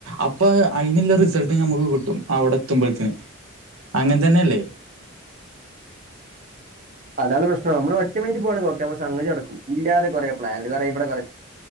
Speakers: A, on the right; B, on the right.
A: അപ്പ അയിനില്ല റിസൾട്ട് നമുക്ക് കിട്ടും അവിടെ എത്തുമ്പഴത്തിന് അങ്ങൻ തന്നെല്ലേ
B: അതാണ് പ്രശ്നം നമ്മള് ഒറ്റ മൈന്റ്റ്റ് പോകാണങ്കി ഒക്കെ നമ്മെളെ സംഗതി നടക്കും ഇല്ലാതെ കുറെ പ്ലാൻറ ഇവിടെ കൊറ